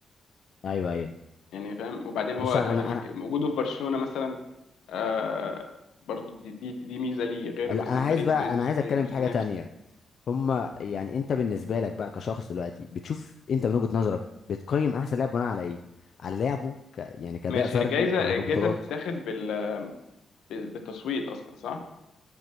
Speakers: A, on the left; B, on the left.
A: ايوه ايوه
B: يعني فاهم وبعدين هو
A: بص
B: لامين-
A: انا انا
B: وجوده في برشلونه مثلا آه برضو دي, دي, دي ميزه ليه غير
A: أنا-
B: مثلا
A: لا انا عايز
B: باريس
A: بقى
B: باريس
A: انا
B: مش
A: عايز اتكلم
B: مش
A: في
B: بينافس
A: حاجه تانية هما يعني انت بالنسبه لك بقى كشخص دلوقتي بتشوف انت من وجهه نظرك بتقيم احسن لاعب بناء على ايه على لعبه ك... يعني كاداء
B: ماشي
A: فردي
B: هي الجايزه
A: ولا
B: الجايزه
A: كبطولات
B: بتتاخد بال بالتصويت اصلا صح